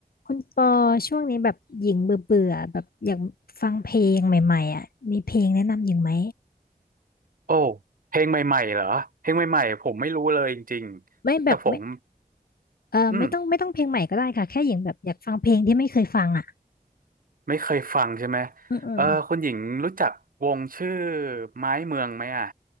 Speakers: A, on the left; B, on the right.
A: คุณปอช่วงนี้แบบหญิงเบื่อเบื่อแบบอยากฟังเพลงใหม่ๆอ่ะมีเพลงแนะนำหญิงไหม
B: โอ้เพลงใหม่ๆเหรอเพลงใหม่ๆผมไม่รู้เลยจริงๆแต่ผม
A: ไม่แบบไม่เออไม่ต้องไม่ต้องเพลงใหม่ก็ได้ค่ะแค่หญิงแบบอยากฟังเพลงที่ไม่เคยฟังอ่ะ
B: อืมไม่เคยฟังใช่ไหม
A: อืมอืม
B: เออคุณหญิงรู้จักวงชื่อไม้เมืองไหมอ่ะ